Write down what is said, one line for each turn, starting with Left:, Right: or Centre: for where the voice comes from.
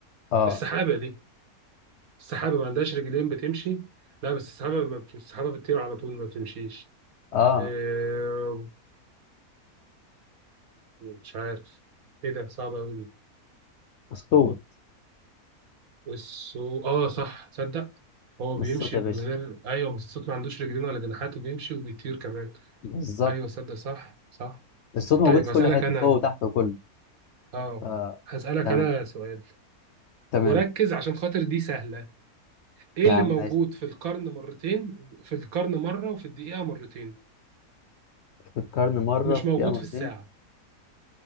Left: اه
Right: السحابة دي السحابة ما عندهاش رجلين بتمشي لا بس السحابة ما بت- السحابة بتطير على طول ما بتمشيش
Left: اه
Right: إيه، مش عارف ايه ده صعب قوي دي
Left: الصوت
Right: والسو اه صح تصدق هو
Left: الصوت
Right: بيمشي
Left: يا
Right: من
Left: باشا
Right: غير ايوه بس الصوت ما عندوش رجلين ولا جناحات وبيمشي وبيطير كمان
Left: بالظبط
Right: ايوه صدق صح صح
Left: الصوت موجود
Right: طيب
Left: في
Right: هسألك
Left: كل حته
Right: انا
Left: فوق وتحت وكله
Right: اه
Left: آه.
Right: هسألك
Left: تمام
Right: انا سؤال
Left: تمام
Right: وركز عشان خاطر دي سهلة ايه
Left: يا
Right: اللي
Left: عم
Right: موجود
Left: ماشي
Right: في القرن مرتين في القرن مرة وفي الدقيقة مرتين
Left: في القرن مره
Right: ومش
Left: في
Right: موجود
Left: الدقيقه مرتين
Right: في الساعة